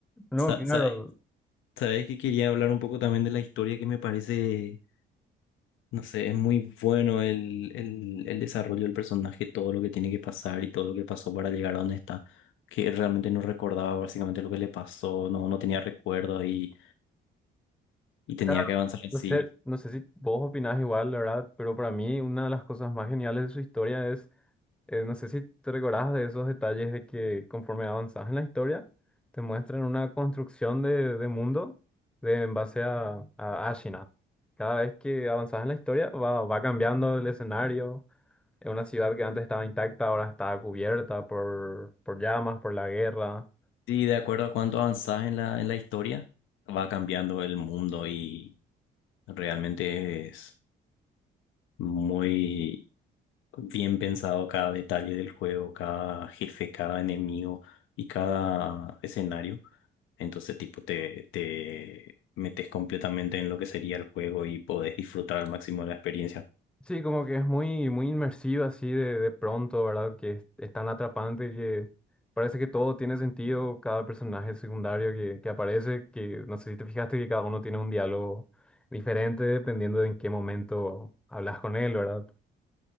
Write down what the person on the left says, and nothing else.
Sa-
sabe- Sabes que quería hablar un poco también de la historia que me parece, no sé, es muy bueno el, el, el desarrollo del personaje, todo lo que tiene que pasar y todo lo que pasó para llegar a donde está, que realmente no recordaba básicamente lo que le pasó, no, no tenía recuerdos y, y
tenía que avanzar así.
Sí, de acuerdo a cuánto avanzás en la, en la historia, va cambiando el mundo y realmente es muy bien pensado cada detalle del juego, cada jefe, cada enemigo y cada escenario. Entonces, tipo, te, te metes completamente en lo que sería el juego y podés disfrutar al máximo de la experiencia.